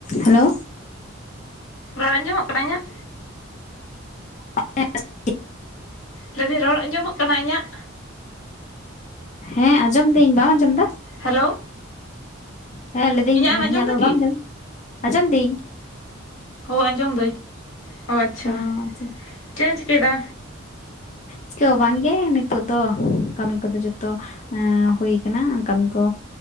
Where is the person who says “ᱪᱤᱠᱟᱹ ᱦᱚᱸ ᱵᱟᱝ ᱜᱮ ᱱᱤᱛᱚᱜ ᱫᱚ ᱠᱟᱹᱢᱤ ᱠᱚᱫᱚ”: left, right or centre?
Left